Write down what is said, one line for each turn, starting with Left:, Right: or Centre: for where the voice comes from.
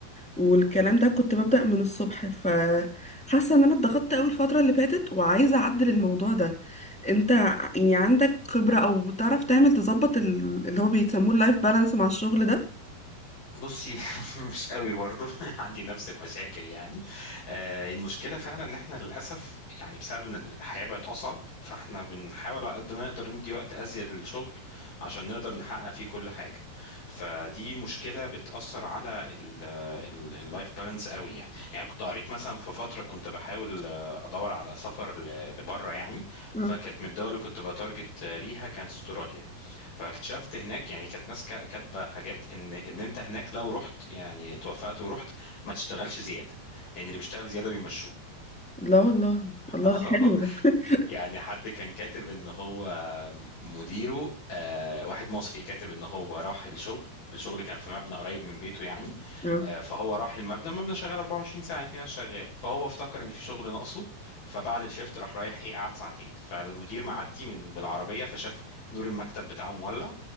Centre: والكلام ده كنت ببدأ من الصبح فحاسة ان انا اتضغطت قوي الفترة اللي فاتت وعايزة اعدل الموضوع ده انت يعني عندك خبرة او بتعرف تعمل تظبط ال- اللي هو بيسموه اللايف بالانس مع الشغل ده
Left: بصي <laughs> مش قوي برضو <laughs> عندي نفس المشاكل يعني آه المشكله فعلا ان احنا للاسف يعني بسبب ان الحياه بقت اصعب فاحنا بنحاول على قد ما نقدر ندي وقت ازيد للشغل عشان نقدر نحقق فيه كل حاجه فدي مشكله بتاثر على اللايف بالانس قوي يعني يعني كنت قريت مثلا في فتره كنت بحاول آه، ادور على سفر ل- لبره يعني فكانت
Centre: آه.
Left: من الدول اللي كنت بتارجت آه، ليها كانت استراليا فاكتشفت هناك يعني كانت ناس كا- كاتبه حاجات ان ان انت هناك لو رحت يعني توفقت ورحت ما تشتغلش زياده لان اللي بيشتغل زياده بيمشوه
Centre: لا والله
Left: <laughs>
Centre: الله ده حلو ده <laughs>
Left: يعني حد كان كاتب ان هو مديره آه، واحد مصري كاتب ان هو راح الشغل الشغل كان في مبنى قريب من بيته يعني
Centre: اه
Left: آه، فهو راح المبنى المبنى شغال 24 ساعة يعني في ناس شغالة فهو افتكر ان في شغل ناقصه فبعد الشفت راح رايح ايه قعد ساعتين فالمدير معدي من بالعربية فشاف نور المكتب بتاعه مولع